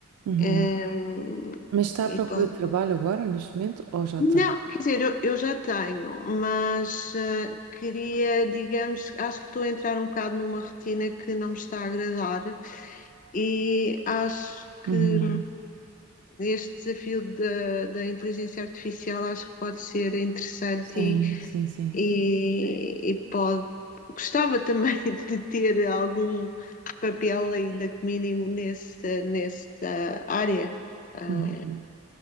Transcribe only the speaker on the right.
uhum.
Mas está
à procura de trabalho agora, neste momento, ou já
tem?
Uhum.
Sim,
sim, sim.
Uhum.